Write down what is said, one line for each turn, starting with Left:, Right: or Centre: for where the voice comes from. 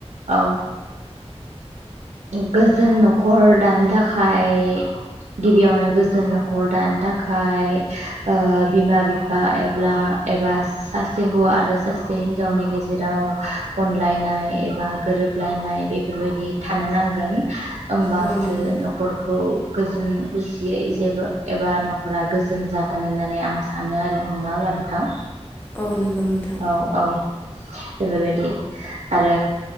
Right: औ गोजोन न'खर दानो थाखाय फाय गिबियावनो गोजोन न'खर दानो थाखाय बिमा बिफा एब्ला एबास सासे हौवा आरो सासे हिनजावनि गेजेराव अनलायनाय एबा गोरोबलायनाय बे बेफोरबायदि थानो नांगोन होमबासो
Left: औ नंगौ
Right: न नख'रखौ गोजोन गुसियै जेबो एबा न'खरा गोजोन जागोन होननानै आं सानो आरो नङा होमबा नोंथां?
Left: औ नंगौ नोंथां।
Right: औ औ बेफोरबायदि। आरो